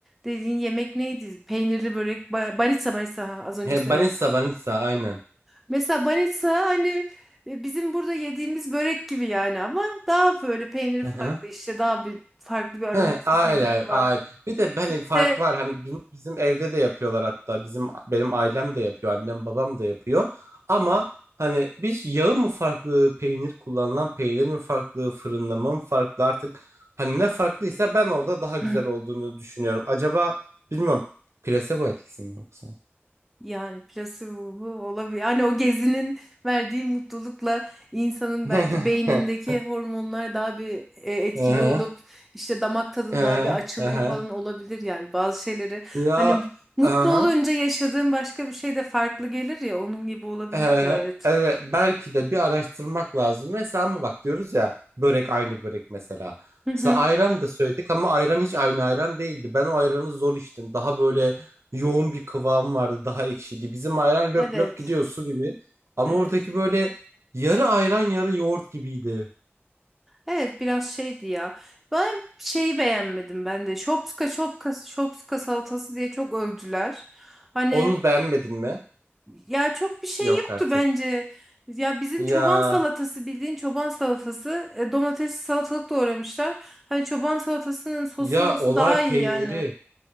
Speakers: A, in the centre; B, on the right.
A: dediğin yemek neydi? Peynirli börek, ba- banitsa banitsa ha, az önce
B: He,
A: söyledim.
B: banitsa banitsa aynen.
A: Mesela Banitsa hani e, bizim burada yediğimiz börek gibi yani ama daha böyle peyniri
B: Hı
A: farklı
B: hı.
A: işte daha bir farklı bir aroması
B: He, aynen,
A: tabii ki var.
B: aynen. Bir de hani
A: İşte
B: fark var hani bunu bizim evde de yapıyorlar hatta bizim benim ailem de yapıyor annem babam da yapıyor ama hani biz yağı mı farklı peynir kullanılan peynir mi farklı fırınlama mı farklı artık hani ne farklıysa ben orada daha güzel
A: <clears throat>
B: olduğunu düşünüyorum. Acaba bilmiyorum plasebo etkisi mi yoksa?
A: yani plasebo olabilir. Hani o gezinin verdiği mutlulukla insanın
B: <laughs>
A: belki beynindeki hormonlar daha bir e, etkili
B: Aha,
A: olup işte damak tadın daha
B: aha,
A: bir açılıyor
B: aha.
A: falan olabilir yani bazı şeyleri. Hani
B: Ya
A: mutlu
B: aha.
A: olunca yaşadığın başka bir şey de farklı gelir ya onun gibi olabilir
B: Ee,
A: gayet.
B: evet belki de bir araştırmak lazım. Mesela ama bak diyoruz ya börek aynı börek mesela.
A: Hı hı.
B: Mesela ayran da söyledik ama ayran hiç aynı ayran değildi. Ben o ayranı zor içtim. Daha böyle yoğun bir kıvam vardı. Daha ekşiydi. Bizim ayran
A: Evet.
B: löp löp gidiyor su gibi. Ama
A: Evet.
B: oradaki böyle yarı ayran yarı yoğurt gibiydi.
A: Evet biraz şeydi ya. Ben şeyi beğenmedim ben de. Şopska şopka şopska salatası diye çok övdüler. Hani
B: Onu beğenmedin mi?
A: ya çok bir şey
B: Yok
A: yoktu
B: artık.
A: bence. Ya bizim
B: Ya
A: çoban salatası bildiğin çoban salatası. E, domatesli salatalık doğramışlar. Hani çoban salatasının sosu
B: ya
A: mosu
B: olay
A: daha iyi
B: peyniri.
A: yani.